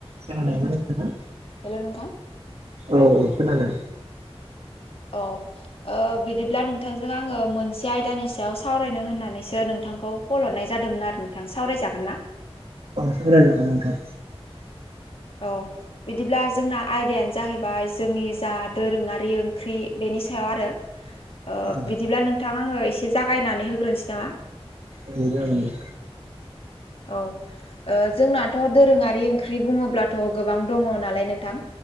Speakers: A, on the right; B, on the left.
A: खोनादों ना नोंथाङा?
B: हेल' नोंथां।
A: औ ओं खोनादों।
B: औ। ओ बिदिब्ला नोंथांजों आङो मोनसे आयदानि सायाव सावरायनो होननानैसो नोंथांखौ कल हरनाय जादोंमोन आरो नोंथां। सावराय जागोन ना?
A: ओं सावराय जागोन नोंथां।
B: औ। बिदिब्ला जोंना आयदायानो जाहैबाय जोंनि जा दोरोङारि ओंख्रि बेनि सायाव आरो। ओ
A: औ
B: बिदिब्ला नोंथां आङो एसे जागायनानै होग्रोनसै नामा?
A: औ जागोन दे।
B: औ। जोंनाथ' दोरोङारि ओंख्रि बुङोब्लाथ' गोबां दङ नालाय नोंथां।